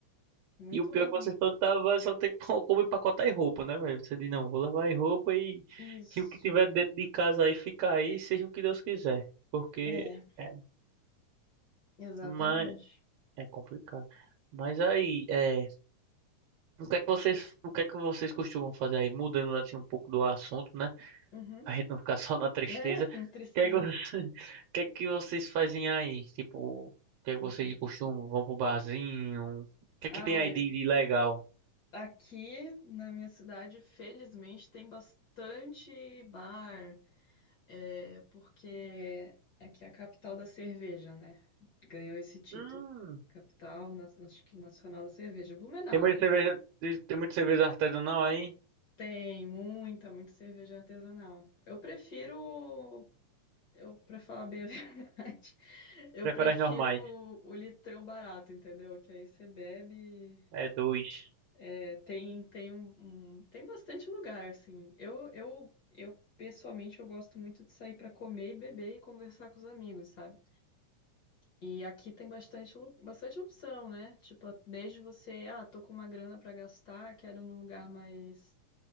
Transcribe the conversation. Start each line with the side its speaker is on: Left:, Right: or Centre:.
Left: Muito
Right: E o pior
Left: ruim.
Right: é que vocês plantavam vai só ter co- como empacotar e roupa, né, velho? Você diz, não, vou levar aí roupa e,
Left: Isso.
Right: e o que tiver dentro de casa aí fica aí, seja o que Deus quiser. Porque
Left: É,
Right: é,
Left: exatamente.
Right: mas é complicado. Mas aí, é, o que é que vocês, o que é que vocês costumam fazer aí? Mudando assim um pouco do assunto, né?
Left: Uhum.
Right: A gente não ficar só na tristeza.
Left: É, <laughs>
Right: O
Left: tristeza.
Right: que é que você- <laughs> o que é que vocês fazem aí? Tipo, o que é que vocês
Left: Uhum.
Right: de costume? Vão pro barzinho? O que
Left: Ah,
Right: é que tem
Left: olha,
Right: aí de, de legal?
Left: aqui na minha cidade, felizmente, tem bastante bar. É porque aqui é a capital da cerveja, né? Ganhou esse título.
Right: Hum,
Left: Capital na- na- acho que nacional da cerveja, Blumenau,
Right: tem muita
Left: né?
Right: cerveja, tem muita cerveja artesanal aí?
Left: Tem muita, muita cerveja artesanal. Eu prefiro, eu para falar bem a <laughs> verdade, eu
Right: Prefere
Left: prefiro
Right: as normais.
Left: o litrão barato, entendeu? Que aí você bebe,
Right: É dois.
Left: é, tem tem um, um- tem bastante lugar assim. Eu eu eu pessoalmente eu gosto muito de sair para comer e beber e conversar com os amigos, sabe? E aqui tem bastante, lu- bastante opção, né? Tipo, desde você, ah, tô com uma grana pra gastar, quero num lugar mais,